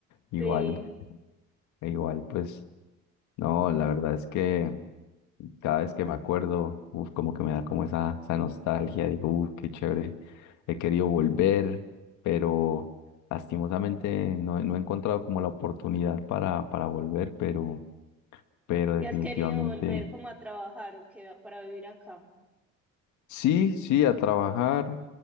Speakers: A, on the left (about 75°); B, in the centre.
A: igual,
B: Sí.
A: igual, pues, no, la verdad es que cada vez que me acuerdo, uf, como que me da como esa, esa nostalgia, digo, uf, qué chévere, he querido volver, pero lastimosamente no, he no he encontrado como la oportunidad para, para volver, pero, pero
B: ¿Y
A: definitivamente
B: has querido volver como a trabajar o qué para vivir acá?
A: Sí, sí, a trabajar,